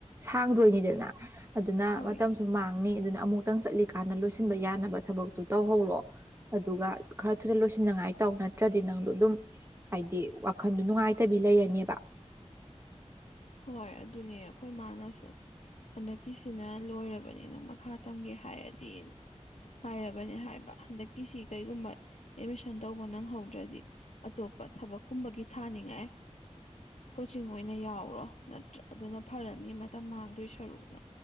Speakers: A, on the right; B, on the left.
A: ꯁꯥꯡꯗꯣꯏꯅꯤꯗꯅ ꯑꯗꯨꯅ
B: ꯍꯣꯏ
A: ꯃꯇꯝꯁꯨ ꯃꯥꯡ ꯅꯤ ꯑꯗꯨꯅ ꯑꯃꯨꯛꯇꯪ ꯆꯠꯂꯤꯀꯥꯟꯗ ꯂꯣꯏꯁꯤꯟꯕ ꯌꯥꯅꯕ ꯊꯕꯛꯇꯣ ꯇꯧꯍꯧꯔꯣ ꯑꯗꯨꯒ ꯈꯔ ꯊꯨꯅ ꯂꯣꯏꯁꯤꯟꯅꯤꯡꯉꯥꯏ ꯇꯧ ꯅꯠꯇ꯭ꯔꯗꯤ ꯅꯪꯗꯣ ꯑꯗꯨꯝ ꯍꯥꯏꯗꯤ ꯋꯥꯈꯟꯗ ꯅꯨꯡꯉꯥꯏꯇꯕꯤ ꯂꯩꯔꯅꯦꯕ
B: ꯍꯣꯏ ꯑꯗꯨꯅꯦ ꯑꯩꯈꯣꯏ ꯃꯥꯅꯁꯨ ꯍꯟꯗꯛꯀꯤꯁꯤꯅ ꯂꯣꯏꯔꯕꯅꯤꯅ ꯃꯈꯥ ꯇꯝꯒꯦ ꯍꯥꯏꯔꯗꯤ ꯍꯥꯏꯔꯕꯅꯦ ꯍꯥꯏꯕ ꯍꯟꯗꯛꯀꯤꯁꯤ ꯀꯔꯤꯒꯨꯝꯕ ꯑꯦꯠꯃꯤꯁꯟ ꯇꯧꯕ ꯅꯪꯍꯧꯗ꯭ꯔꯗꯤ ꯑꯇꯣꯞꯄ ꯊꯕꯛ ꯀꯨꯝꯕꯒꯤ ꯊꯥꯅꯤꯡꯉꯥꯏ ꯀꯣꯆꯤꯡ ꯑꯣꯏꯅ ꯌꯥꯎꯔꯣ ꯅꯠꯇ꯭ꯔꯥ ꯑꯗꯨꯅ ꯐꯔꯅꯤ ꯃꯇꯝ ꯃꯥꯡꯗꯣꯏ ꯁꯔꯨꯛꯅ